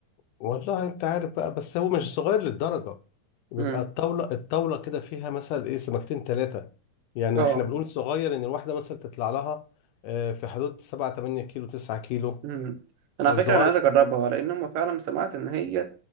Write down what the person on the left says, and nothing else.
والله انت عارف بقى بس هو مش صغير للدرجة بيبقى
الطاولة الطاولة كده فيها مثلا ايه سمكتين ثلاثة يعني
احنا بنقول صغير ان الواحدة مثلا تطلع لها آه، في حدود 7 8 كيلو 9 كيلو
صغير